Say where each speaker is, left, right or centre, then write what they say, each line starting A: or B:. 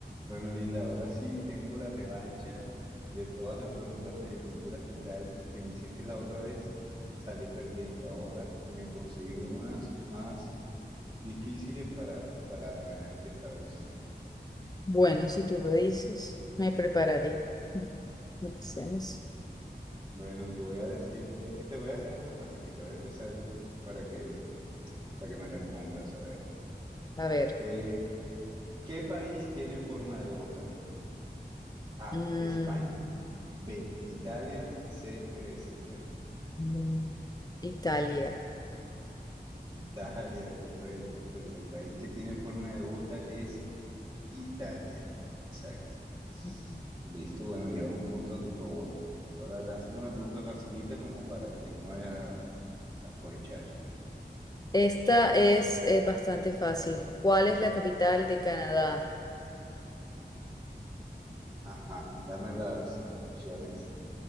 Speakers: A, on the right; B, on the left.
A: Bueno, Linda, ahora sí tengo la revancha de todas las preguntas de cultura general que me hiciste la otra vez. Salí perdiendo. Ahora me he conseguido unas más difíciles para, para ganarte esta vez.
B: Bueno, si tú lo dices, me prepararé. <laughs> Empecemos.
A: Bueno, te voy a decir, eh, eh, te voy a dejar esta facilita. Voy a empezar yo para que, para que me respondas. A ver.
B: A ver.
A: Eh, ¿qué país tiene forma de bota? A,
B: mm,
A: España. B, Italia. C, Grecia.
B: mm, Italia.
A: Italia, correcto. El país que tiene forma de bota es Italia. Exacto.
B: Ujú.
A: Listo, bueno, llevas un punto a tu favor. Ahora lánzame una pregunta facilita como para que no me vayas a, a corchar.
B: Esta es eh, bastante fácil. ¿Cuál es la capital de Canadá?
A: Ajá, dame las, las opciones.